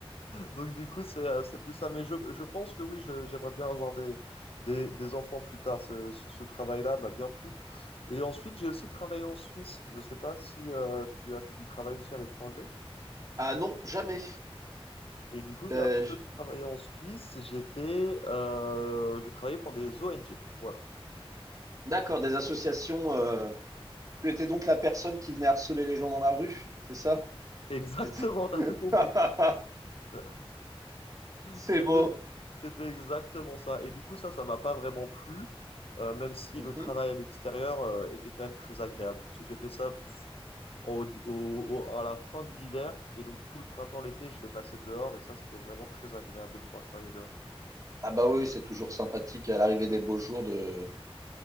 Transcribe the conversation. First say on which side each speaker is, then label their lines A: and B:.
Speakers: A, on the left; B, on the right.
A: Donc, du coup, c'est, euh, c'est plus ça. Mais je, je pense que oui, je- j'aimerais bien avoir des, des, des enfants plus tard. Ce, ce- ce travail-là m'a bien plu. Et ensuite, j'ai aussi travaillé en Suisse. Je ne sais pas si euh, tu as fait du travail aussi à l'étranger.
B: Ah non, jamais.
A: Et du coup, j'ai
B: Euh,
A: un petit peu
B: j-
A: travaillé en Suisse. J'étais, euh, je travaillais pour des ONG. Voilà.
B: d'accord, des associations. euh, Tu étais donc la personne qui venait harceler les gens dans la rue, c'est ça?
A: <laughs> Exactement,
B: C'est
A: t'as
B: <laughs>
A: tout compris. <laughs>
B: C'est
A: C'était,
B: beau.
A: c'était exactement ça. Et du coup, ça, ça m'a pas vraiment plu, euh, même si
B: Mhm.
A: le travail à l'extérieur, euh, était quand même très agréable. Parce que j'ai fait ça au, au- au- à la fin de l'hiver. Et donc, tout le printemps, l'été, je l'ai passé dehors. Et ça, c'était vraiment très agréable de pouvoir travailler dehors.
B: Ah bah oui, oui, c'est toujours sympathique à l'arrivée des beaux jours de,